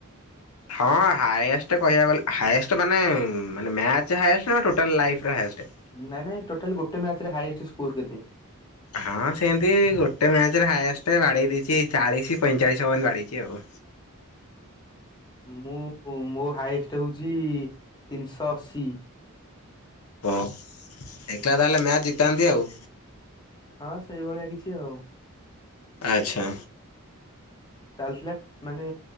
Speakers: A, on the left; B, on the left.
A: ହଁ ହାଏଷ୍ଟ କହିବାକୁ ଗଲେ ହାଏଷ୍ଟ ମାନେ ମାନେ ମ୍ୟା ଚ ନା ଟୋଟାଲ ଲାଇଫି ର ହାଏଷ୍ଟ?
B: ନାଇଁ ନାଇଁ ଟୋଟାଲି ଗୋଟେ ମ୍ୟାଚ ରେ ହାଷ୍ଟ ସ୍କୋର କେତେ?
A: ହଁ ଶେନ୍ତି ଗୋଟେ ମ୍ୟାଚରେ ହାଏଷ୍ଟ ବାଡ଼େଇ ଦେଇଛି ଚାଳିଶ ପଇଁଚାଳିଶ ଓୱନ୍ ବାଡେଇଚି ଆଉ।
B: ମୁଁ ମୋ ହାଇଷ୍ଟ ହଉଛି ତିନିଶହ ଅଶି।
A: ହଁ ଏକଲା ତାହେଲେ ମ୍ୟାଚ ଜିତାନ୍ତି ଆଉ।
B: ହଁ ସେଇଭଳିଆ କିଛି ଆଉ।
A: ଆଚ୍ଛା।
B: ଚାଲିଥିଲା ମାନେ